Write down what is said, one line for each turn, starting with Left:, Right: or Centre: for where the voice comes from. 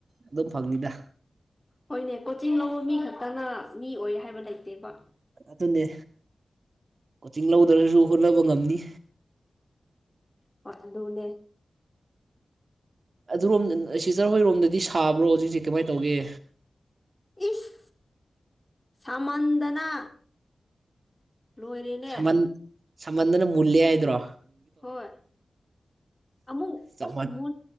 Right: ꯑꯗꯨꯝ ꯐꯪꯅꯤꯗ
Left: ꯍꯣꯏꯅꯦ ꯀꯣꯆꯤꯡ ꯂꯧꯕ ꯃꯤ ꯈꯛꯇꯅ ꯃꯤ ꯑꯣꯏ ꯍꯥꯏꯕ ꯂꯩꯇꯦꯕ
Right: ꯑꯗꯨ ꯑꯗꯨꯟꯅꯦ ꯀꯣꯆꯤꯡ ꯂꯧꯗ꯭ꯔꯁꯨ ꯍꯣꯠꯅꯕ ꯉꯝꯅꯤ
Left: ꯄ ꯑꯗꯨꯨꯅꯦ
Right: ꯑꯗꯨꯔꯣꯝꯗ ꯁꯤꯖꯔ ꯍꯣꯏꯔꯣꯝꯗꯗꯤ ꯁꯥꯕ꯭ꯔꯣ ꯍꯧꯖꯤꯛꯁꯦ ꯀꯃꯥꯏꯅ ꯇꯧꯒꯦ
Left: ꯏꯁ ꯁꯃꯟꯗꯅ ꯂꯣꯏꯔꯦꯅꯦ
Right: ꯁꯃꯟ
Left: ꯑꯩ
Right: ꯁꯃꯟꯗꯅ ꯃꯨꯂꯌꯥ ꯍꯥꯏ꯭ꯔꯣ
Left: ꯍꯣꯏ ꯑꯃꯨꯛ
Right: ꯆꯞ
Left: ꯑꯁ
Right: ꯃꯥꯟ
Left: ꯃ